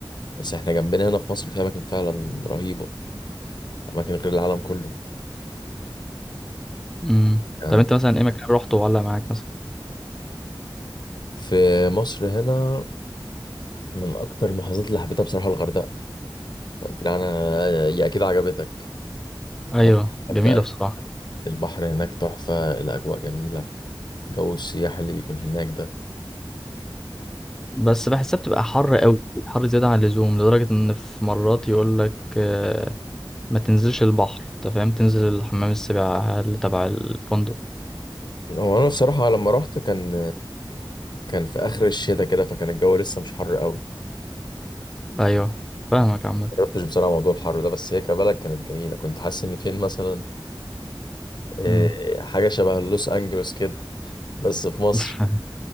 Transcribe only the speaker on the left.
بس إحنا جنبنا هنا في مصر في أماكن فعلا رهيبة أماكن غير العالم كله
يعني
في مصر هنا من أكتر المحافظات اللي حبيتها بصراحة الغردقة أنت قلت لي أنا هي أكيد عجبتك محافظة
الغردقة
البحر هناك تحفة الأجواء جميلة جو السياح اللي بيكون هناك ده
هو أنا بصراحة لما رحت كان كان في آخر الشتاء كده فكان الجو لسه مش حر قوي
مجربتش بصراحة موضوع الحر ده بس هي كبلد كانت جميلة كنت حاسس إن فين مثلا آه،
حاجة شبه لوس أنجلوس كده بس في مصر